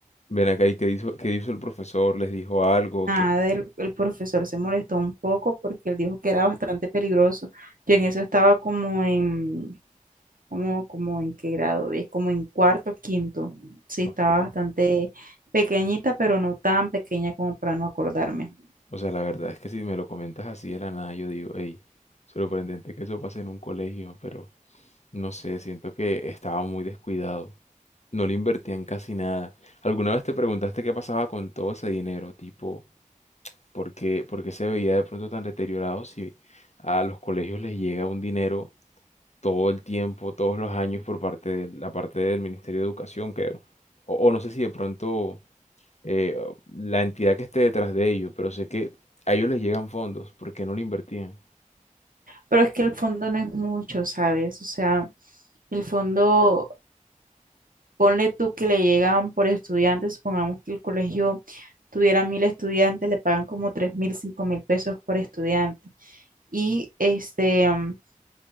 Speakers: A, on the left; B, on the right.
A: Ven acá y qué hizo, qué hizo el profesor, les dijo algo,
B: Nada, el, el profesor se molestó un poco porque él dijo que era bastante peligroso. Yo en eso estaba como en, como, como en qué grado, es como en cuarto, quinto. Sí,
A: Ok.
B: estaba bastante pequeñita, pero no tan pequeña como para no acordarme.
A: O sea, la verdad es que si me lo comentas así de la nada, yo digo, hey, sorprendente que eso pase en un colegio, pero no sé, siento que estaba muy descuidado. No le invertían casi nada. ¿Alguna vez te preguntaste qué pasaba con todo ese dinero? Tipo, ¿por qué, por qué se veía de pronto tan deteriorado si a los colegios les llega un dinero todo el tiempo, todos los años por parte de la parte del Ministerio de Educación, creo? O, o no sé si de pronto eh, la entidad que esté detrás de ellos, pero sé que a ellos les llegan fondos porque no lo invertían
B: pero es que el fondo no es mucho, ¿sabes? O sea, el fondo, ponle tú que le llegan por estudiantes, supongamos que el colegio tuviera mil estudiantes, le pagan como tres mil, cinco mil pesos por estudiante. Y este, mm,